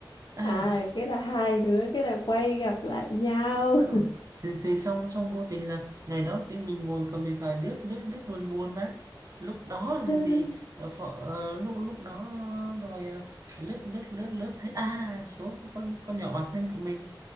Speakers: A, on the right; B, on the left.
A: à
B: à cái là hai đứa cái là quay gặp lại nhau
A: ờ. thì, thì xong xong vô tình là ngày đó tụi mình ngồi cầm điện thoại lướt lướt lướt buồn buồn mà lúc đó
B: <laughs>
A: thì thì ờ, phở, ờ, lúc lúc đó rồi ờ, lướt lướt lướt lướt thấy à số của con con nhỏ bạn thân của mình